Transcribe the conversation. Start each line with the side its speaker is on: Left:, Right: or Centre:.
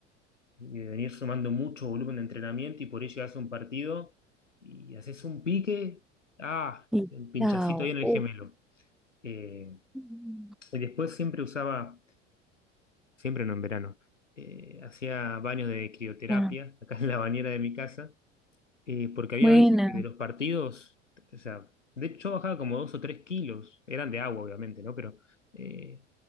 Left: y de venir sumando mucho volumen de entrenamiento y por ahí llegas a un partido y haces un pique, ah,
Centre: Mm.
Left: el pinchacito
Centre: Chao.
Left: ahí en el
Centre: Uh,
Left: gemelo. Eh,
Centre: Mm.
Left: y después siempre usaba, siempre no en verano, eh, hacía baños de crioterapia
Centre: Ah,
Left: <laughs> acá en la bañera de mi casa, eh, porque había
Centre: buena.
Left: veces que de los partidos, o sea, de hecho yo bajaba como dos o tres kilos, eran de agua obviamente, ¿no? Pero, eh,